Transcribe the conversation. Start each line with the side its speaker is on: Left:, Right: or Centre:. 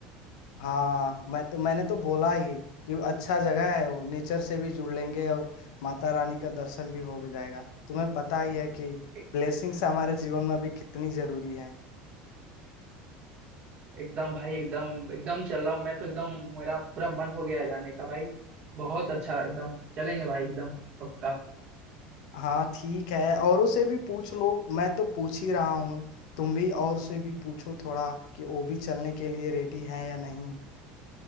Left: हाँ मैं तो मैंने तो बोला ही कि अच्छा जगह है वो नेचर से भी जुड़ लेंगे और माता रानी का दर्शन भी हो जाएगा तुम्हें पता ही है कि
Right: ए-
Left: ब्लेसिंग्स हमारे जीवन में भी कितनी जरूरी है
Right: एकदम भाई एकदम एकदम चल रहा हूँ मैं तो एकदम मेरा पूरा मन हो गया है जाने का भाई बहुत अच्छा एकदम चलेंगे भाई एकदम पक्का
Left: हाँ ठीक है औरों से भी पूछ लो मैं तो पूछ ही रहा हूँ तुम भी और से भी पूछो थोड़ा कि वो भी चलने के लिए रेडी हैं या नहीं